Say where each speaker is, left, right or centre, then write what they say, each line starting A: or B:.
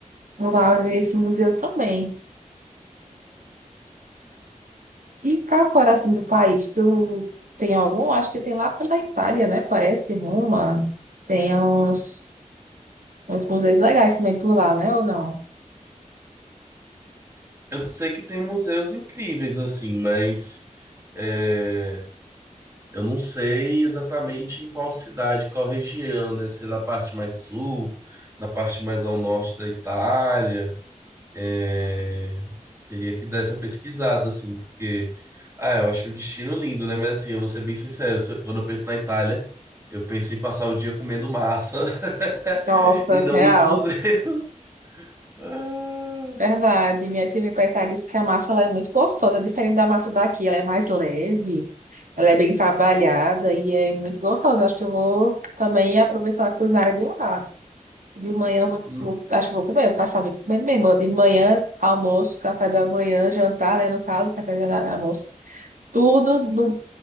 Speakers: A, on the right; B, on the right.
A: vou lá ver esse museu também. E para fora assim do país, tu tem algum? Acho que tem lá pela Itália, né? Parece Roma. Tem uns, uns museus legais também por lá, né? Ou não?
B: Eu sei que tem museus incríveis, assim, mas é, eu não sei exatamente em qual cidade, qual região, né? Se é na parte mais sul, na parte mais ao norte da Itália. é, Teria que dar essa pesquisada, assim, porque. Ah, eu acho o destino lindo, né? Mas assim, eu vou ser bem sincero, se eu- quando eu penso na Itália, eu penso em passar o dia comendo massa <laughs>
A: Nossa,
B: e não
A: real.
B: nos museus. <laughs> Ah,
A: Verdade. Minha tia veio para Itália e disse que a massa ela é muito gostosa, é diferente da massa daqui, ela é mais leve, ela é bem trabalhada e é muito gostosa. Acho que eu vou também aproveitar a culinária de lá. De manhã, eu vou,
B: n-
A: vou- acho que eu vou comer, vou passar de comendo mesmo. De manhã, almoço, café da manhã, jantar, né? No caso, café da manhã, almoço. Tudo no,